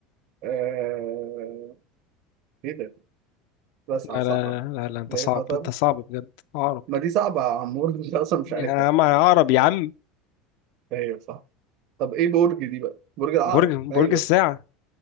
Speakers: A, on the right; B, on the left.
A: آه... ايه ده؟ لسعة
B: لا
A: صحراء
B: لا لا, لا أنت
A: ليه
B: صعب
A: خطر
B: أنت صعب بجد عقرب
A: ما دي صعبة يا عم برج انت اصلا مش
B: يا
A: عارفها
B: عم عقرب يا عم
A: ايوه صح طب ايه برج دي بقى برج العقرب
B: برج
A: ايوه
B: برج الساعة